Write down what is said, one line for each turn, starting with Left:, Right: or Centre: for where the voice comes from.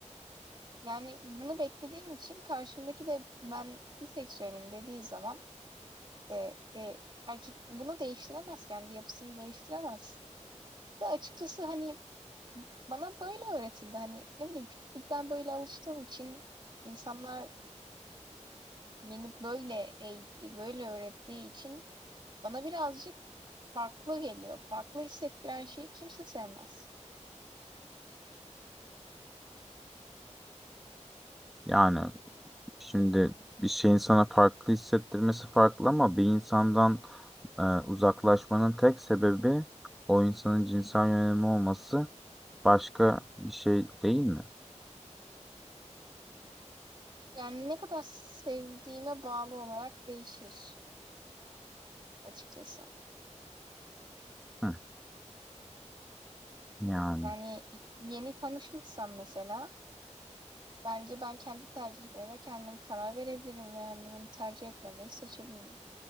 Right: yani bunu beklediğim için karşımdaki de ben biseksüelim dediği zaman e, e, erkek bunu değiştiremez kendi yapısını değiştiremez. Ve açıkçası hani bana böyle öğretildi. Hani ne bileyim küçüklükten böyle alıştığım için insanlar beni böyle eğitti, böyle öğrettiği için bana birazcık farklı geliyor. Farklı hissettiren şeyi kimse sevmez.
Centre: Yani şimdi bir şeyin sana farklı hissettirmesi farklı ama bir insandan Ee, uzaklaşmanın tek sebebi o insanın cinsel yönelimi olması başka bir şey değil mi?
Right: Yani ne kadar sevdiğime bağlı olarak değişir açıkçası.
Centre: Hı, yani.
Right: Yani yeni tanışmışsam mesela bence ben kendi tercihlerime kendim karar verebilirim ve yani bunu tercih etmemeyi seçebilirim.